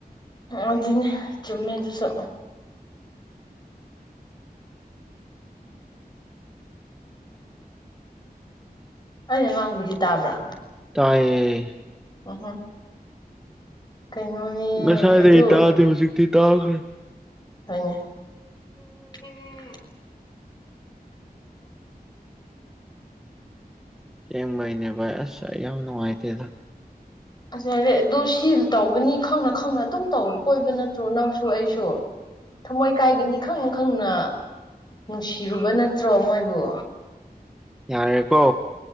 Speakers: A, on the left; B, in the centre.
A: ꯑꯗꯨꯅꯦ ꯆꯨꯝꯃꯦ ꯑꯗꯨꯁꯨ ꯑꯩꯅ ꯉꯥꯡꯕꯗꯤ ꯇꯥꯕ꯭ꯔꯥ
B: ꯇꯥꯏꯌꯦ
A: ꯉꯡꯉꯣ ꯀꯩꯅꯣꯅꯦ
B: ꯉꯁꯥꯏꯗꯒꯤ
A: ꯑꯗꯨ
B: ꯇꯥꯗꯦ ꯍꯧꯖꯤꯛꯇꯤ ꯇꯥꯈ꯭ꯔꯦ
A: ꯍꯣꯏꯅꯦ ꯎꯝ
B: ꯑꯁꯦꯡꯕꯩꯅꯦ ꯚꯥꯏ ꯑꯁ ꯑꯩ ꯌꯥꯝꯅ ꯅꯨꯡꯉꯥꯏꯇꯦꯗ
A: ꯑꯁ ꯌꯔꯦ ꯑꯗꯨ ꯁꯤꯜ ꯇꯧꯒꯅꯤ ꯈꯪꯅ ꯈꯪꯅ ꯑꯗꯨꯝ ꯇꯧꯔ ꯀꯣꯏꯕ ꯅꯠꯇ꯭ꯔꯣ ꯅꯪꯁꯨ ꯑꯩꯁꯨ ꯊꯝꯃꯣꯏ ꯀꯥꯏꯒꯤꯅꯤ ꯈꯪꯅ ꯈꯪꯅ ꯅꯨꯡꯁꯤꯔꯨꯕ ꯅꯠꯇ꯭ꯔꯣ ꯃꯣꯏꯕꯨ
B: ꯌꯥꯔꯦꯀꯣ